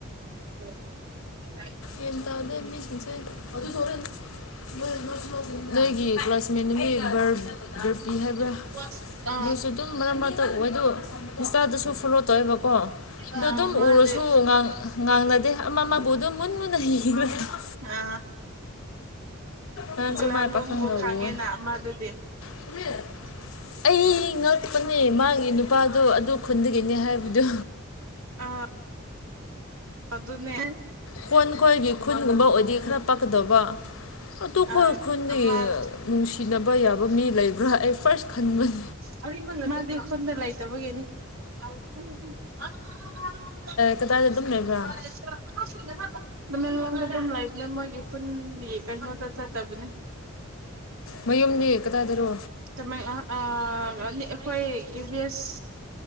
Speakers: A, on the right; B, on the left.
A: <inaudible>
B: ꯌꯦꯟ ꯇꯥꯗꯨꯏ ꯃꯤꯁꯤꯡꯁꯦ ꯑꯗꯨꯁꯨ ꯍ‌ꯣꯔꯦꯟ ꯃꯣꯏ ꯃꯣꯏꯁꯨ ꯅꯣꯏꯒꯤ ꯀ꯭ꯂꯥꯁꯃꯦꯠ ꯅꯨꯃꯤ ꯕꯔ ꯕꯔꯄꯤ ꯍꯥꯏꯕ꯭ꯔꯥ
A: <unintelligible>
B: ꯗꯨꯁꯨ ꯗꯨꯝ ꯃꯔꯛ ꯃꯔꯛꯇ ꯋ‌ꯦꯗꯨ ꯏꯟꯁꯇꯥꯗꯁꯨ ꯐꯣꯂꯣ ꯇꯧꯋꯦꯕꯀꯣ ꯑꯗꯨ
A: ꯑꯥ ꯑ
B: ꯗꯨꯝ
A: ꯃꯥꯗꯤ
B: ꯎꯔꯁꯨ ꯉ ꯉꯥꯡ ꯉꯥꯡꯅꯗꯦ ꯑꯃ ꯑꯃꯕꯨ ꯑꯗꯨꯝ ꯃꯨꯟ ꯃꯨꯟꯅ <unintelligible>
A: ꯑ
B: ꯅꯍꯥꯟꯁꯨ
A: ꯒꯨꯂꯥꯂꯣꯡꯕꯨ
B: ꯃꯥꯏ ꯄꯥꯈꯪꯒ
A: ꯈꯪꯉ‌ꯦꯅꯥ
B: ꯎꯋꯦ
A: ꯑꯃꯗꯨꯗꯤ
B: <unintelligible>
A: <unintelligible>
B: ꯑꯩ ꯉꯛꯄꯅꯦ ꯃꯥꯒꯤ ꯅꯨ ꯑꯗꯨ ꯑꯗꯨ ꯈꯨꯟꯗꯒꯤꯅꯦ ꯍꯥꯏꯕꯗꯨ
A: ꯑ ꯑꯗꯨꯅꯦ
B: ꯄ‌ꯣꯟ ꯈꯣꯏꯒꯤ ꯈꯨꯟꯒꯨꯝꯕ ꯑꯣꯏꯗꯤ ꯈꯔ ꯄꯛꯀꯗ‌ꯣꯕꯥ ꯑꯇ‌ꯣ
A: ꯑ
B: ꯈ‌ꯣꯏ ꯈꯨꯟꯗꯒꯤ
A: ꯃꯥꯗꯤ
B: ꯑꯥ ꯅꯨꯡꯁꯤꯅꯕ ꯌꯥꯕ ꯃꯤ ꯂꯩꯕ꯭ꯔꯥ ꯑꯩ ꯐꯥꯔꯁ ꯈꯟꯕꯟ
A: <unintelligible> ꯃꯥꯗꯤ ꯈꯨꯟꯗ ꯂꯩꯇꯕꯒꯦꯅꯤ <unintelligible>
B: ꯀꯗꯥꯏꯗ ꯑꯗꯨꯝ ꯂꯩꯕ꯭ꯔꯥ
A: ꯑꯗꯨꯝ ꯂꯩꯕꯅꯦ ꯃꯣꯏꯒꯤ ꯈꯨꯟꯗꯤ ꯀꯩꯅꯣꯗ ꯆꯠꯇꯕꯅꯦ
B: ꯃꯌꯨꯝꯗꯤ ꯀꯗꯥꯏꯗꯔꯣ
A: ꯇꯥꯃꯦꯡ ꯑꯥ ꯑꯩꯈꯣꯏ ꯏꯕꯤ ꯑꯦꯁ